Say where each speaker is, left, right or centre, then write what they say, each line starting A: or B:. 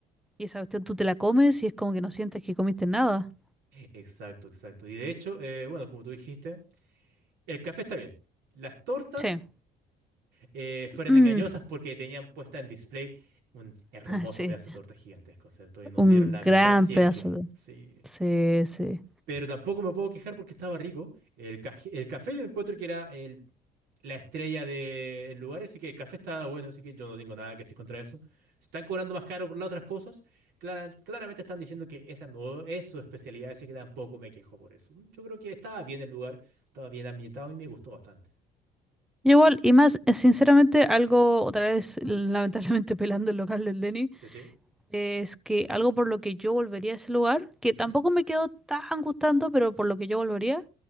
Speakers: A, in the centre; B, on the right.
A: Y esa cuestión tú te la comes y es como que no sientes que comiste nada.
B: Exacto, exacto. Y de hecho, eh, bueno, como tú dijiste, el café está bien. Las tortas
A: Sí.
B: eh, fueron
A: Mm,
B: engañosas porque tenían puesta en display un hermoso
A: <laughs>
B: pedazo
A: sí.
B: de torta gigantesco, ¿cierto? Y nos
A: Un
B: dieron la
A: gran
B: mitad, si
A: pedazo
B: es que...
A: de...
B: Sí.
A: Sí, sí.
B: Pero tampoco me puedo quejar porque estaba rico. El, caj- el café yo encuentro que era el- la estrella del lugar, así que el café estaba bueno, así que yo no tengo nada que decir contra eso. Se están cobrando más caro por las otras cosas. clara- claramente están diciendo que esa no es su especialidad, así que tampoco me quejo por eso. Yo creo que estaba bien el lugar, estaba bien ambientado y me gustó bastante.
A: Y igual, y más, eh, sinceramente, algo, otra vez, lamentablemente <laughs> pelando el local del Denny.
B: Sí, sí.
A: Es que algo por lo que yo volvería a ese lugar, que
B: Ujú.
A: tampoco me quedó tan gustando, pero por lo que yo volvería,